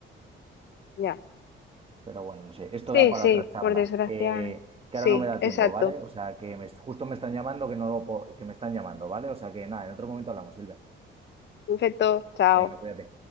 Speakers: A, on the left (about 60°); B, on the right (about 30°).
A: Ya.
B: Pero bueno, no sé, esto
A: Sí,
B: da para
A: sí,
B: otra charla,
A: por desgracia.
B: que, que
A: Sí,
B: ahora no me da
A: exacto.
B: tiempo, ¿vale? O sea, que me- justo me están llamando, que no, po- que me están llamando, ¿vale? O sea, que nada, en otro momento hablamos, Silvia.
A: Perfecto, chao.
B: Venga, cuídate.